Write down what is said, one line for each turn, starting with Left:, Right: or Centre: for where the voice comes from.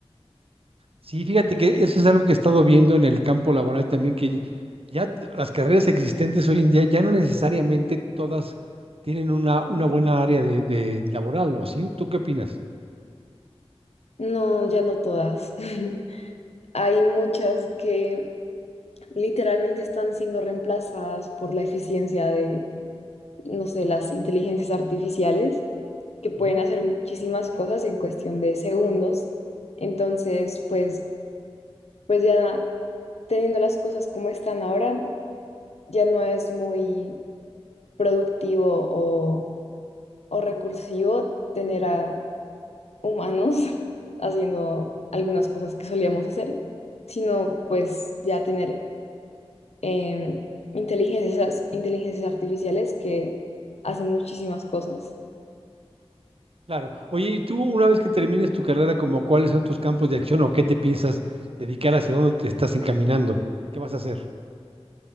Right: Sí, fíjate que eso es algo que he estado viendo en el campo laboral también, que ya t- las carreras existentes hoy en día ya no necesariamente todas tienen una, una buena área de, de laboral, ¿o sí? ¿Tú qué opinas?
Left: No, ya no todas. <laughs> Hay muchas que literalmente están siendo reemplazadas por la eficiencia de, no sé, las inteligencias artificiales, que pueden
Right: Ujú.
Left: hacer muchísimas cosas en cuestión de segundos. Entonces, pues, pues ya teniendo las cosas como están ahora, ya no es muy productivo o, o recursivo tener a humanos <laughs> haciendo algunas cosas que solíamos hacer, sino pues ya tener em, inteligencias, inteligencias artificiales que hacen muchísimas cosas.
Right: Claro. Oye, ¿y tú una vez que termines tu carrera, como cuáles son tus campos de acción o qué te piensas dedicar, hacia dónde te estás encaminando? ¿Qué vas a hacer?